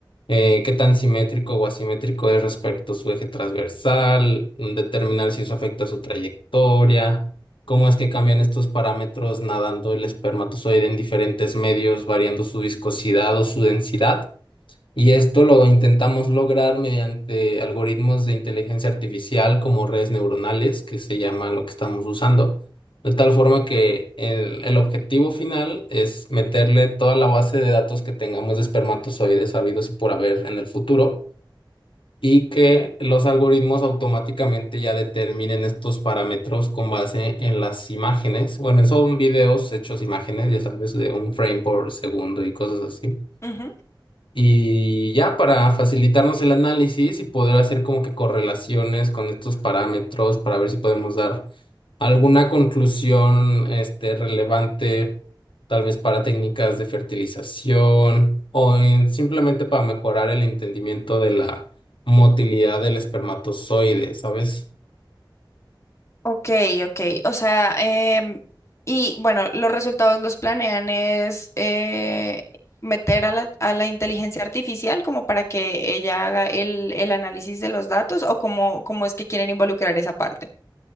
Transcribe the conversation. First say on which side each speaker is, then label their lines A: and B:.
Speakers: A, on the left (about 85°); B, on the left (about 35°).
A: eh, qué tan simétrico o asimétrico es respecto a su eje transversal, mm, determinar si eso afecta a su trayectoria, cómo es que cambian estos parámetros nadando el espermatozoide en diferentes medios, variando su viscosidad o su densidad. Y esto lo intentamos lograr mediante algoritmos de inteligencia artificial como redes neuronales, que se llama lo que estamos usando. De tal forma que el, el objetivo final es meterle toda la base de datos que tengamos de espermatozoides habidos y por haber en el futuro y que los algoritmos automáticamente ya determinen estos parámetros con base en las imágenes. Bueno, son videos hechos imágenes, ya sabes, de un frame por segundo y cosas así.
B: Ujú.
A: Y ya para facilitarnos el análisis y poder hacer como que correlaciones con estos parámetros para ver si podemos dar alguna conclusión este, relevante, tal vez para técnicas de fertilización o en- simplemente para mejorar el entendimiento de la motilidad del espermatozoide, ¿sabes?
B: Ok, ok. O sea, em, y bueno, los resultados los planean es eh, meter a la, a la inteligencia artificial como para que ella haga el, el análisis de los datos o cómo, cómo es que quieren involucrar esa parte.